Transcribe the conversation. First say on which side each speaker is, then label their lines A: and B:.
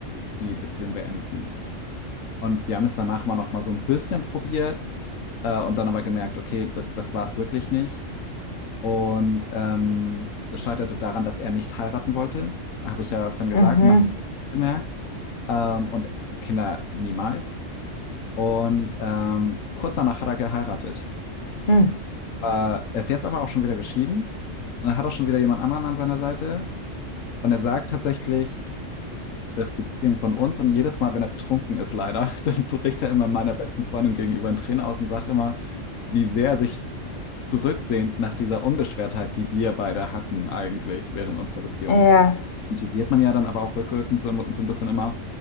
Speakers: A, on the left; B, on the left.
A: die Beziehung beenden. Und wir haben es danach immer noch mal so ein bisschen probiert äh, und dann aber gemerkt, okay, das, das war es wirklich nicht. Und ähm, das scheiterte daran, dass er nicht heiraten wollte. Habe ich ja vorhin gesagt,
B: Mhm.
A: man hat es gemerkt. Ähm, und Kinder niemals. Und ähm, kurz danach hat er geheiratet.
B: Mhm.
A: Äh, er ist jetzt aber auch schon wieder geschieden. Und er hat auch schon wieder jemand anderen an seiner Seite. Und er sagt tatsächlich, dass die Beziehung von uns und jedes Mal, wenn er betrunken ist, leider, <laughs> dann bricht er immer meiner besten Freundin gegenüber in Tränen aus und sagt immer, wie sehr er sich zurücksehend nach dieser Unbeschwertheit, die wir beide hatten eigentlich während unserer Beziehung.
B: Ja.
A: Und die sieht man ja dann aber auch rückwirkend so, so ein bisschen immer.